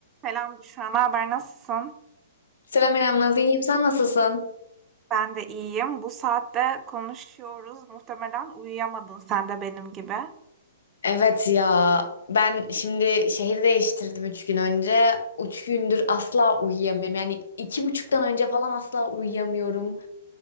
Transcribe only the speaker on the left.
Selam İrem, Naz, iyiyim. Sen nasılsın?
Evet ya ben şimdi şehir değiştirdim üç gün önce. Üç gündür asla uyuyamıyorum. Yani iki buçuktan önce falan asla uyuyamıyorum.